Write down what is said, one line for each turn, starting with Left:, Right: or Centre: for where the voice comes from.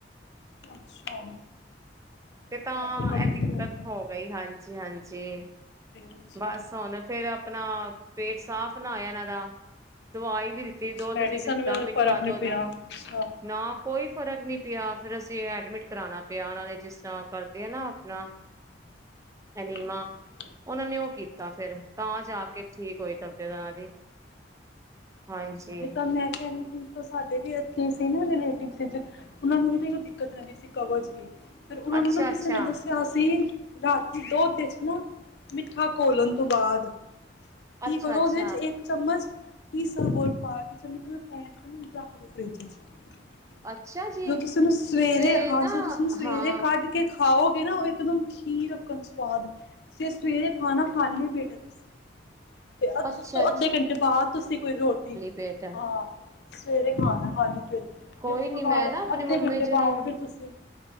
Left: ਅੱਛਾ।
Right: ਤੇ ਤਾਂ,
Left: ਬਸ ਉਹ ਕਬਜ਼ੇ
Right: ਏ ਦਿੱਕਤ
Left: ਗਈ ਹੋਣੀ ਆ।
Right: ਹੋ ਗਈ ਹਾਂਜੀ। ਜੀ ਹਾਂਜੀ।
Left: ਅੱਛਾ
Right: ਬਸ ਹੁਣ, ਫੇਰ ਆਪਨਾ ਪੇਟ ਸਾਫ਼ ਣਾ ਹੋਇਆ ਇਹਨਾਂ ਦਾ ਦਵਾਈ <inaudible> ਵੀ ਦਿੱਤੀ, ਦੁੱਧ
Left: ਮੈਡੀਸਨ
Right: ਵੀ ਦਿੱਤਾ,
Left: ਨਾਲ
Right: ਮਿੱਠਾ
Left: ਫਰਕ ਨਹੀਂ
Right: ਦੁੱਧ
Left: ਪਿਆ ਅੱਛਾ
Right: ਨਾ ਕੋਈ ਫਰਕ ਨਹੀਂ ਪਿਆ, ਫਿਰ ਅਸੀਂ ਐਡਮਿਟ ਕਰਾਉਣਾ ਪਿਆ ਉਹਨਾਂ ਨੇ ਜਿਸ ਕਰਦੇ ਆ ਨਾ ਆਪਨਾ, ਅਨੀਮਾ,
Left: ਅੱਛਾ
Right: ਉਹਨਾਂ ਨੇ ਉਹ ਕੀਤਾ ਫਿਰ ਤਾਂ ਜਾ ਕੇ ਠੀਕ ਹੋਈ ਤਬੀਅਤ ਉਹਨਾਂ ਦੀ। ਹਾਂਜੀ
Left: ਸੋਲੇ ਕਮ ਹੈਥ <inaudible> ਸਾਡੇ ਵੀ ਇਥੇ ਸੀ ਨਾ, ਰਿਲੇਟਿਵ ਉਹ ਨੂੰ ਇਹ ਨਹੀਂ ਉਹ ਦਿੱਕਤਦੀ ਸੀ ਕਵਜ ਦੀ ਫਿਰ ਉਹਨਾਂ
Right: ਅੱਛਾ
Left: ਨੂੰ ਨਾ ਕਿਸੇ
Right: ਅੱਛਾ
Left: ਨੇ ਦੱਸਿਆ ਅਸੀਂ ਰਾਤੀ ਦੁੱਧ ਚ ਨਾ, ਮਿੱਠਾ ਘੋਲਣ ਤੋਂ ਬਾਅਦ ਕੀ
Right: ਅੱਛਾ
Left: ਕਰੋ,
Right: ਅੱਛਾ
Left: ਉਹਦੇ ਵਿੱਚ ਇੱਕ ਚਮਚ ਕੀ ਸ ਬਰ <inaudible> ਪਾ ਕੇਚਨ ਫੈਨ ਚ ਮੈਨੂੰ ਰੱਖ ਦੋ ਫਰਿੱਜ ਚ <inaudible>
Right: ਅੱਛਾ ਜੀ
Left: ਜੋ ਤੁਸੀਂਨੂੰ ਸਵੇਰੇ
Right: ਤੇ
Left: ਹਾਂ
Right: ਨਾ
Left: ਜ ਤੁਸੀਨੂੰ ਸਵੇਰੇ
Right: ਹਾਂ
Left: ਕੱਢ ਕੇ ਖਾਓਗੇ ਨਾ, ਉਹ ਇਕਦਮ ਖੀਰ ਰੱਖਣ ਸਵਾਦ ਜੇ ਸਵੇਰੇ ਖਾਨਾ, ਖਾਲੀ ਪੇਟ ਤੁਸੀਂ ਤੇ ਅੱ
Right: ਅੱਛਾ
Left: ਤੋਂ ਅੱਧੇ ਘੰਟੇ ਬਾਅਦ ਤੁਸੀਂ ਕੋਈ ਰੋਟੀ
Right: ਪ ਤਾਂ <inaudible>
Left: ਹਾਂ ਸਵੇਰੇ ਖਾਨਾ ਖਾਲੀ
Right: ਕੋਈ
Left: ਤੇ ਉਸ
Right: ਨੀ
Left: ਤੋਂ ਬਾਅਦ
Right: ਮੈਂ ਨਾ ਆਪਨੇ
Left: ਅੱਧੇ
Right: ਮੰਮੀ
Left: ਘੰਟੇ
Right: ਜੀ ਨੂੰ,
Left: ਬਾਅਦ ਫਿਰ ਤੁਸੀਂ